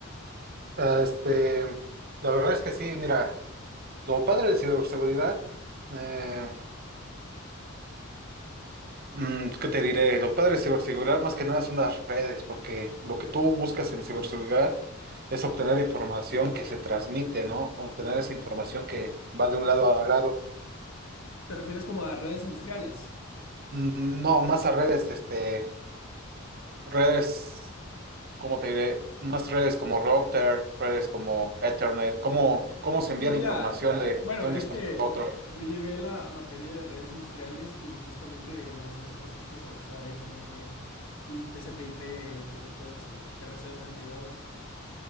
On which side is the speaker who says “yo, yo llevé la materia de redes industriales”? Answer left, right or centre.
Left